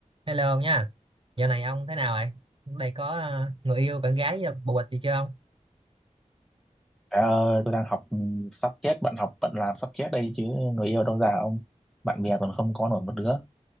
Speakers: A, on the right; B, in the centre.
A: Hello ông nha. Dạo này ông thế nào vậy? Đây có ờ, người yêu, bạn gái, bồ bịch gì chưa ông?
B: Ờ, tôi đang học ừ, sắp chết bận học bận làm sắp chết đây chứ người yêu đâu già ông bạn bè còn không có nổi một đứa